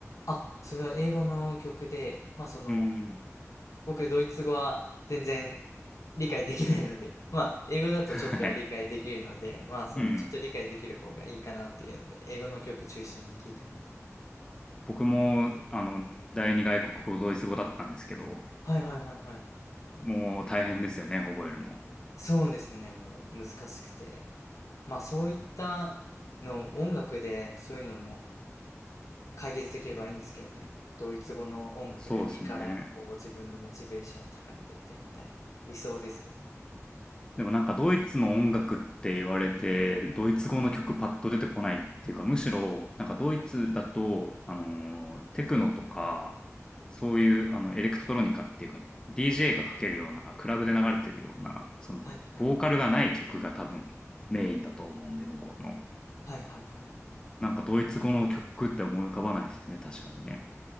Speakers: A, on the left; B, on the left.
A: あ、それは英語の曲で、まあその、
B: うーん。
A: 僕、ドイツ語は全然理解できないので、<laughs> まあ、英語だとちょっとは理解できるので、
B: <laughs> はい。
A: まあ、その、
B: うん。
A: ちょっと理解できる方がいいかなっていうので、英語の曲中心に聞いてます。
B: 僕も、あの、第二外国語ドイツ語だったんですけど、
A: はいはいはいはい。
B: もう大変ですよね、覚えるの。
A: そうですね、もう難しくて。まあ、そういったの、音楽でそういうのも解決できればいいんですけどね。ドイツ語の音楽がいいから、
B: そうですね。
A: こう、自分のモチベーションを高めてってみたいな理想ですけど。
B: でもなんかドイツの音楽って言われて、ドイツ語の曲パッと出てこないっていうか、むしろなんかドイツだと、あのーテクノとか、そういうあのエレクトロニカっていうか、DJ がかけるような、クラブで流れてるような、そのボーカルがない曲が多分メインだと思うんで、
A: はいはいはい。
B: 向こうの。
A: はいはいはい。
B: なんかドイツ語の曲って思い浮かばないですね、確かにね。